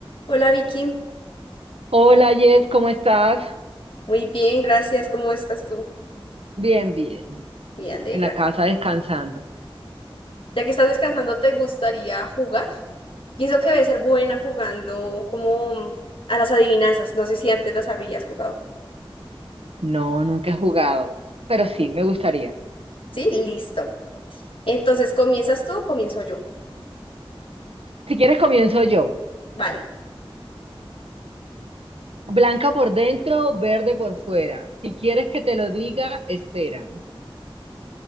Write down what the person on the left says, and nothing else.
Hola Vicky,
muy bien, gracias. ¿Cómo estás tú?
Me alegra.
Ya que estás descansando, ¿te gustaría jugar? Pienso que debe ser buena jugando como a las adivinanzas. No sé si antes las habrías jugado.
¿no?
Sí, listo. Entonces, ¿comienzas tú o comienzo yo?
Vale.